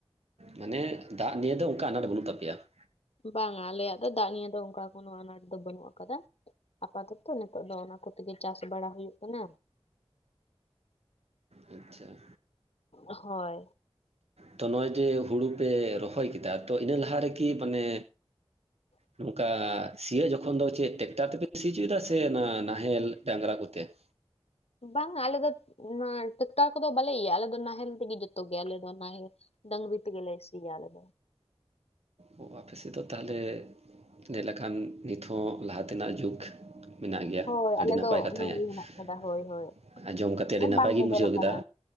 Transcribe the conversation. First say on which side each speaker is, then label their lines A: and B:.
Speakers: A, on the right; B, on the left.
A: ᱢᱟᱱᱮ ᱫᱟᱜ ᱱᱤᱭᱮ ᱫᱚ ᱚᱱᱠᱟ ᱟᱱᱟᱴ ᱵᱟᱹᱱᱩᱜ ᱛᱟᱯᱮᱭᱟ ᱾
B: ᱵᱟᱝᱟ ᱟᱞᱮᱭᱟᱜ ᱫᱚ ᱫᱟᱜ ᱱᱤᱭᱮ ᱫᱚ ᱚᱱᱠᱟ ᱠᱳᱱᱚ ᱟᱱᱟᱴ ᱫᱚ ᱵᱟᱹᱱᱩᱜ ᱟᱠᱟᱫᱟ ᱾ ᱟᱯᱟᱛᱚᱛᱚ ᱱᱤᱛᱚᱜ ᱫᱚ ᱚᱱᱟ ᱠᱚᱛᱮ ᱜᱮ ᱪᱟᱥ ᱵᱟᱲᱟ ᱦᱩᱭᱩᱜ ᱠᱟᱱᱟ ᱾
A: ᱟᱪᱪᱷᱟ ᱾
B: ᱦᱳᱭ ᱾
A: ᱛᱚ ᱱᱚᱜᱼᱚᱭ ᱡᱮ ᱦᱩᱲᱩ ᱯᱮ ᱨᱚᱦᱚᱭ ᱠᱮᱫᱟ ᱛᱚ ᱤᱱᱟᱹ ᱞᱟᱦᱟ ᱨᱮ ᱠᱤ ᱢᱟᱱᱮ
B: <unintelligible>
A: ᱱᱚᱝᱠᱟ ᱥᱤᱭᱳᱜ ᱡᱚᱠᱷᱚᱱ ᱫᱚ ᱪᱮᱫ ᱴᱮᱠᱴᱟᱨ ᱛᱮᱯᱮ ᱥᱤ ᱚᱪᱚᱭᱮᱫᱟ ᱥᱮ ᱱᱟᱦᱮᱞ ᱰᱟᱝᱨᱟ ᱠᱚᱛᱮ ᱾
B: ᱵᱟᱝᱟ ᱟᱞᱮ ᱫᱚ ᱚᱱᱟ ᱴᱮᱠᱴᱟᱨ ᱠᱚ ᱫᱚ ᱵᱟᱞᱮ ᱤᱭᱟ ᱟᱞᱮ ᱫᱚ ᱱᱟᱦᱮᱞ ᱛᱮᱜᱮ ᱡᱚᱛᱚ ᱜᱮ ᱟᱞᱮ ᱫᱚ ᱱᱟᱦᱮᱞ ᱰᱟᱝᱨᱤ ᱛᱮ ᱜᱮᱞᱮ ᱥᱤᱭᱟ ᱟᱞᱮ ᱫᱚ ᱾
A: ᱚ, ᱟᱯᱮ ᱥᱮᱫ ᱫᱚ ᱛᱟᱦᱚᱞᱮ ᱧᱮᱞ ᱞᱮᱠᱷᱟᱱ ᱱᱤᱛ ᱦᱚᱸ ᱞᱟᱦᱟ ᱛᱮᱱᱟᱜ ᱡᱩᱜᱽ ᱢᱮᱱᱟᱜ ᱜᱮᱭᱟ
B: ᱦᱳᱭ
A: ᱟᱹᱰᱤ
B: ᱟᱞᱮ
A: ᱱᱟᱯᱟᱭ
B: ᱫᱚ
A: ᱠᱟᱛᱷᱟ
B: ᱚᱱᱟ ᱜᱮ ᱦᱮᱱᱟᱜ ᱟᱠᱟᱫᱟ ᱦᱳᱭ
A: ᱾
B: ᱦᱳᱭ
A: ᱟᱸᱡᱚᱢ ᱠᱟᱛᱮ ᱟᱹᱰᱤ
B: ᱦᱮᱸ
A: ᱱᱟᱯᱟᱭ
B: ᱵᱟᱝ
A: ᱜᱤᱧ
B: ᱵᱚᱫᱚᱞ
A: ᱵᱩᱡᱷᱟᱹᱣ
B: ᱟᱠᱟᱱᱟ
A: ᱠᱮᱫᱟ